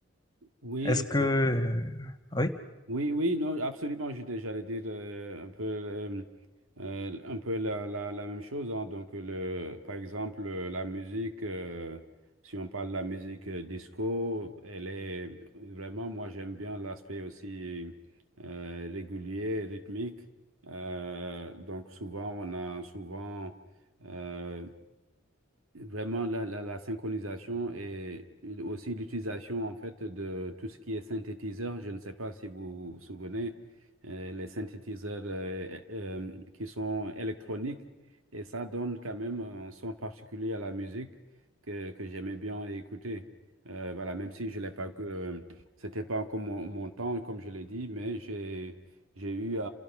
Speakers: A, on the right; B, on the left.
A: Oui,
B: Est-ce que,
A: euh,
B: euh, oui,
A: oui, oui, non, absolument. Je dé- J'allais dire euh, un peu, euh, euh, un peu la, la, la même chose. hein. Donc, le, par exemple, euh, la musique, euh, si on parle de la musique euh, disco, elle est vraiment, moi, j'aime bien l'aspect aussi euh, régulier, rythmique. Euh, donc, souvent, on a souvent euh, Vraiment, la, la, la synchronisation et aussi l'utilisation en fait de tout ce qui est synthétiseur. Je ne sais pas si vous vous souvenez, euh, les synthétiseurs euh, euh, qui sont électroniques et ça donne quand même un son particulier à la musique que, que j'aimais bien écouter. Euh, voilà, même si je l'ai pas, euh, c'était pas encore mon, mon temps comme je l'ai dit, mais j'ai j'ai eu à,